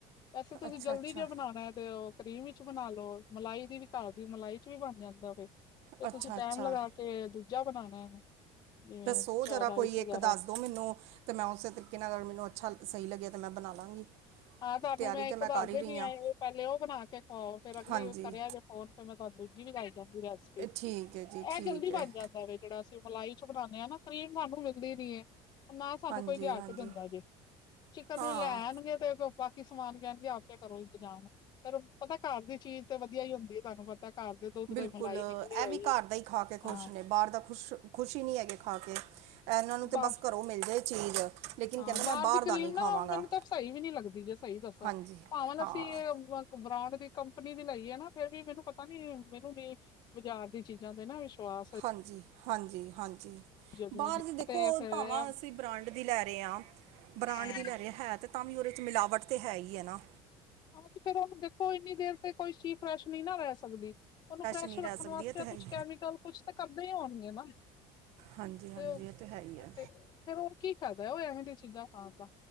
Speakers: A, on the left; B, on the right.
A: ਵੈਸੇ ਤੁਸੀਂ
B: ਅੱਛਾ
A: ਜਲਦੀ
B: ਅੱਛਾ
A: ਜੇ ਬਣਾਉਣਾ ਹੈ ਤੇ ਉਹ, ਕਰੀਮ ਵਿੱਚ ਬਣਾ ਲਓ ਮਲਾਈ ਦੀ ਵੀ ਘਰ ਦੀ ਮਲਾਈ ਚ ਵੀ ਬਣ ਜਾਂਦਾ ਫੇ ਤੇ
B: ਅੱਛਾ
A: ਤੁਸੀਂ ਟੈਮ
B: ਅੱਛਾ
A: ਲਗਾ ਕੇ ਤੇ ਦੂਜਾ ਬਣਾਉਣਾ ਹੈ ਜਿਵੇਂ,
B: ਸੋ
A: ਚਾਹ
B: ਜਰਾ
A: ਰਾਈਸ
B: ਕੋਈ
A: ਵਗੈਰਾ
B: ਇੱਕ ਦੱਸ ਦੋ ਮੈਨੂੰ ਤੇ ਮੈਂ ੳਸੇ ਤਰੀਕਾ ਅੱਛਾ ਸਹੀ ਲੱਗਿਆ ਤੇ ਮੈਂ ਬਣਾ ਲਾਂਗੀ
A: ਹਾਂ ਤੁਹਾਨੂੰ
B: ਤਿਆਰੀ
A: ਮੈਂ
B: ਤੇ
A: ਇੱਕ ਦੱਸ
B: ਕਰ ਹੀ
A: ਦਿਨੀ
B: ਰਹੀ ਹਾਂ
A: ਆ ਇਹ ਪਹਿਲੇ ਉਹ ਬਣਾ ਕੇ ਖੁਓ ਫੇਰ ਅਗਲੀ
B: ਹਾਂਜੀ
A: ਕਰਿਆ ਜੇ, ੳਰ ਫਿਰ ਮੈਂ ਤੁਹਾਨੂੰ ਦੂਜੀ ਵੀ ਦੱਸਦਾਂ ਗੀ ਰੈਸਪੀ
B: ਇਹ ਠੀਕ ਹੈ ਜੀ ਠੀਕ
A: ਇਹ ਜਲਦੀ
B: ਹੈ
A: ਬਣ ਜਾਂਦਾ ਵੇ। ਜਿਹੜਾ ਅਸੀਂ ਮਲਾਈ ਚ ਬਣਾਉਂਦੇ ਹਾਂ ਨਾ ਕਰੀਮ ਸਾਨੂੰ ਮਿਲਦੀ ਨੀ ਹੈ। ਨਾ ਸਾਨੂੰ
B: ਹਾਂਜੀ
A: ਕੋਈ ਲਿਆ
B: ਹਾਂਜੀ
A: ਕੇ ਦਿੰਦਾ ਜੈ ਚਿਕਨ
B: ਹਾਂ
A: ਨੂੰ ਲੈਣਗੇ। ਬਾਕੀ ਸਮਾਨ ਕਹਿਣ ਗੇ ਆਪੇ ਕਰੋ ਇੰਤਜ਼ਾਮ ਫੇਰ ਪਤਾ ਘਰ ਦੀ ਚੀਜ਼ ਤੇ ਵਧੀਆ ਹੀ ਹੁੰਦੀ ਹੈ ਤੁਹਾਨੂੰ ਪਤਾ, ਘਰ ਦੇ ਦੁੱਧ
B: ਬਿਲਕੁਲ
A: ਦੀ ਮਲਾਈ
B: ਇਹ
A: ਨਿਕਲੀ ਹੋਈ
B: ਵੀ ਘਰ ਦਾ ਹੀ ਖਾ ਕੇ ਖੁਸ਼
A: ਹਾਂ।
B: ਨੇ ਬਾਹਰ ਦਾ ਖੁਸ਼ ਖੁਸ਼ੀ ਨਹੀ ਹੈਗੇ ਖਾ ਕੇ ਇਹਨਾਂ ਨੂੰ ਤਾਂ
A: ਬਾ
B: ਬਸ ਘਰੋ ਮਿਲ ਜਾਏ ਚੀਜ਼, ਲੇਕਿਨ
A: ਹਾਂ
B: ਕਹਿੰਦੇ
A: ਬਾਹਰ
B: ਮੈਂ
A: ਦੀ ਕਰੀਮ
B: ਦਾ ਨਹੀਂ ਖਾਵਾਂਗਾ
A: ਨਾ ਮੈਨੂੰ ਤਾਂ ਸਹੀ ਵੀ ਨੀ ਲੱਗਦੀ ਜੇ ਸਹੀ ਦੱਸਾਂ
B: ਹਾਂਜੀ
A: ਭਾਵੇ
B: ਹਾਂ
A: ਅਸੀਂ ਬ੍ਰਾਂਡ ਦੀ ਕੰਪਨੀ ਦੀ ਲਈ ਹੈ ਨਾ ਫਿਰ ਵੀ ਮੈਨੂੰ ਪਤਾ ਨੀ ਮੈਨੂੰ ਬਾਜ਼ਾਰ ਦੀ ਚੀਜ਼ਾਂ ਤੇ ਨਾ ਵਿਸ਼ਵਾਸ
B: ਹਾਂਜੀ ਹਾਂਜੀ ਹਾਂਜੀ।
A: ਜਿਵੇਂ
B: ਬਾਹਰ ਦੀ ਦੇਖੋ
A: ਤੇ ਫੇਰ
B: ਭਾਵਾਂ ਅਸੀਂ ਬ੍ਰਾਂਡ ਦੀ ਲੈ ਰਹੇ ਆ ਬ੍ਰਾਂਡ
A: ਹਾਂ
B: ਦੀ ਲੈ ਰਹੇ ਹੈ ਤੇ ਤਾਂ ਵੀ ਉਹਦੇ 'ਚ ਮਿਲਾਵਟ ਤਾਂ ਹੈਈ ਐ ਨਾ।
A: ਆਹੋ ਤੇ ਫੇਰ ਉਹਨੂੰ ਦੇਖੋ ਇੰਨੀ ਦੇਰ ਤੇ ਕੋਈ ਚੀਜ਼ ਫਰੈਸ਼ ਨਹੀ ਨਾ ਰਹਿ ਸਕਦੀ। ਉਹਨੂੰ ਫਰੈਸ਼
B: ਨਹੀਂ
A: ਰੱਖਣ
B: ਰਹਿ ਸਕਦੀ
A: ਵਾਸਤੇ
B: ਇਹ ਤੇ ਹੈ
A: ਕੁਛ
B: ਹੀ
A: ਕੈਮੀਕਲ ਕੁਛ ਤਾਂ ਕਰਦੇ ਹੀ ਹੋਣਗੇ ਨਾ
B: ਹਾਂਜੀ ਹਾਂਜੀ
A: ਤੇ
B: ਇਹ ਤਾਂ ਹੈਈ ਐ।
A: ਤੇ ਫੇਰ ਉਹ ਕੀ ਫ਼ਾਇਦਾ ਓ ਐਵੇਂ ਦੀਆਂ ਚੀਜ਼ਾਂ ਖਾਣ ਦਾ।